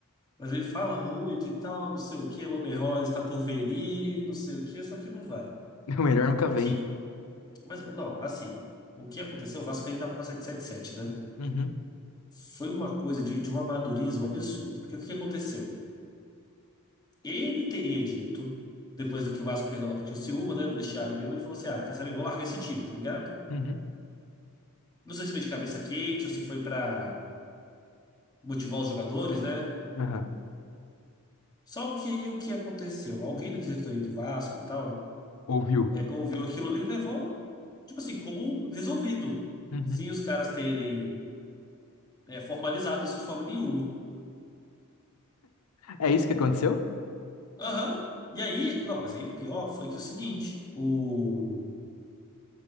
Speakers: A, on the left; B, on the left.
A: Mas ele fala muito e tal, não sei o quê. Lomer Rosa está por venir, não sei o quê, só que não vai.
B: <laughs> O melhor nunca
A: O
B: vem.
A: que. Mas, não, assim. O que aconteceu? O Vasco ainda estava com a sete, sete sete, né?
B: Uhum,
A: Foi uma coisa de, de um amadorismo absurdo. Porque o que aconteceu? Ele teria dito, depois do que o Vasco perdeu lá pro Criciúma, né, no vestiário mesmo, ele falou assim: ah, quer saber, vou largar esse time, tá ligado?
B: uhum,
A: Não sei se foi de cabeça quente ou se foi pra motivar os jogadores, né?
B: <laughs> aham.
A: Só que aí o que aconteceu? Alguém da diretoria do Vasco e tal
B: Ouviu?
A: é, ouviu aquilo ali e levou, tipo assim, como resolvido,
B: Uhum.
A: sem os caras terem é, formalizado isso de forma nenhuma.
B: É isso que aconteceu?
A: Aham. E aí, não, mas aí o pior foi que é o seguinte: o,